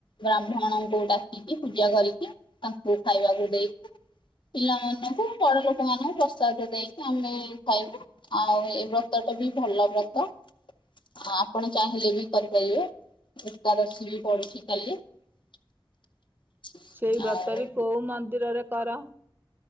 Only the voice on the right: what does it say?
ସେଇ ବ୍ରତ
ବି କଉ ମନ୍ଦିରରେ କର?